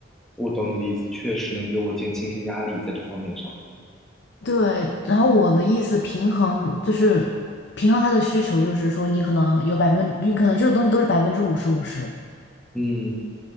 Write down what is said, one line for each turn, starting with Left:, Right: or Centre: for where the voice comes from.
Centre: 我懂你的意思，确实能给我减轻一些压力在这方面上。
Left: 对，然后我的意思平衡就是平衡他的需求，就是说你可能有百分，你可能这个东西都是百分之五十五十。
Centre: 嗯，